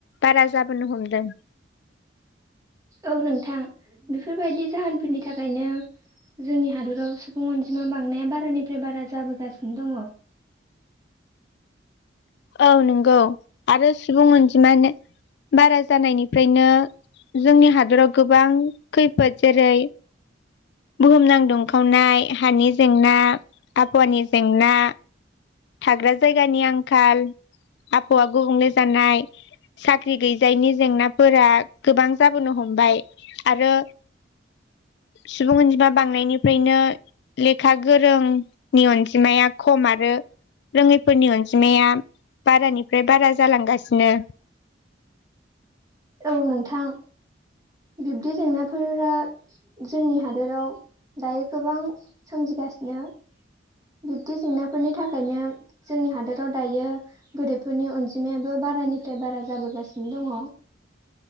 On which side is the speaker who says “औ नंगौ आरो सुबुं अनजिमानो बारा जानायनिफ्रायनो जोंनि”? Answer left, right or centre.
Left